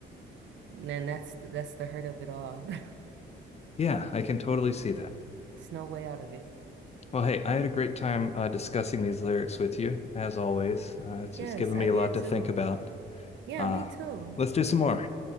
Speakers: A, on the right; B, on the left.
A: And that's the, that's the hurt of it all. <laughs>
B: Yeah, I can totally see that.
A: There's no way out of it.
B: Well, hey, I had a great time uh, discussing these lyrics with you, as always. Uh, it's,
A: Yes,
B: it's given
A: I
B: me a
A: did
B: lot to
A: too.
B: think about.
A: Yeah,
B: Uh,
A: me too.
B: let's do some more.